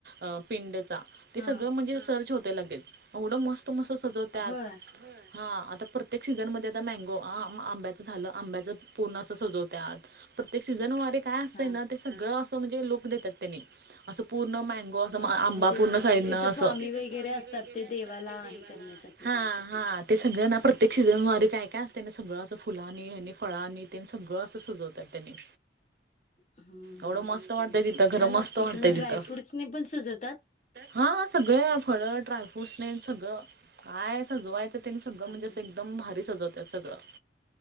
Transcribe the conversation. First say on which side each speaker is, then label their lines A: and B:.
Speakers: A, on the right; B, on the left.
A: अ पिंडचा ते
B: हा
A: सगळं म्हणजे सर्च होते लगेच एवढं मस्त. तमस सजवत्यात.
B: होय
A: हा आता प्रत्येक सीझनमध्ये आता मँगो आ आंब्याचं झालं आंब्याचं. पूर्ण अस सजवत्यात प्रत्येक सीझन वारे काय असतं
B: हा
A: ना ते सगळं असं म्हणजे लोक देतात त्यांनी. असं पूर्ण मँगो असं
B: हा
A: आंबा
B: म्हणजे
A: पूर्ण साईडन
B: तिथे
A: अस
B: स्वामी
A: वगैरे
B: असतात ते
A: असतात
B: देवाला
A: ठेवा.
B: हे करण्यासाठी
A: हा हा ते सगळं ना प्रत्येक सीझन वारी काय काय असतें ना सगळं असं फुलानी आणि फळानी. ते सगळं असं सजवतात त्यानी
B: हम्म
A: ऐवढ
B: हम्म.
A: मस्त वाटतय तिथं घर
B: छान
A: मस्त
B: असते
A: वाटतय
B: कि मग ड्रायफ्रूट्सने
A: तिथं.
B: पण सजवतात
A: हा सगळं फळ ड्रायफ्रूट स्नेन सगळं काय सजवायचं. तर त्यांनी सगळं
B: बापरे
A: म्हणजे असं एकदम भारी सजवतात सगळं.